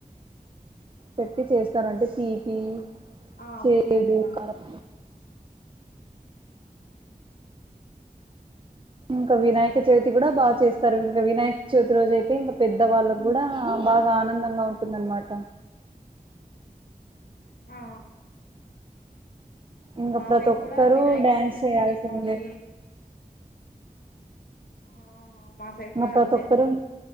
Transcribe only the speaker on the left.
ఆ
పులుపు
ఆ
మా
సైడ్
కూడా వినాయక
చవితి
దీపావళి ఆ మా సైడ్
కూడా
అంతే